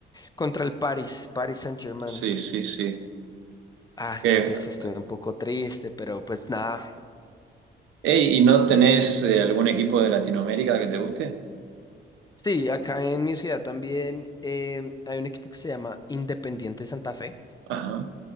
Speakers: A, on the left; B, on the right.
A: Contra el Paris, Paris Saint-Germain.
B: Sí, sí, sí.
A: Ah,
B: Que-
A: entonces estoy un poco triste, pero pues nada.
B: Ey, ¿y no tenés eh, algún equipo de Latinoamérica que te guste?
A: Sí, acá en mi ciudad también eh, hay un equipo que se llama Independiente Santa Fe.
B: Ajá,